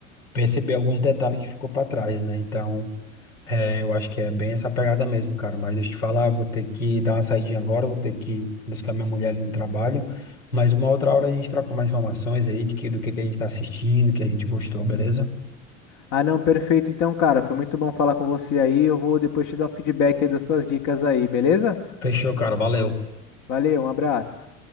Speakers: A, on the left (about 75°); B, on the left (about 45°).
A: perceber alguns detalhes que ficou para trás, né? Então, é, eu acho que é bem essa pegada mesmo, cara. Mas deixa eu te falar, vou ter que dar uma saidinha agora, vou ter que buscar minha mulher ali no trabalho. Mas uma outra hora a gente troca mais informações aí de que, do que, que a gente tá assistindo, que a gente gostou, beleza?
B: Ah, não, perfeito. Então, cara, foi muito bom falar com você aí. Eu vou depois te dar o feedback aí das suas dicas aí, beleza?
A: Fechou, cara, valeu.
B: Valeu, um abraço.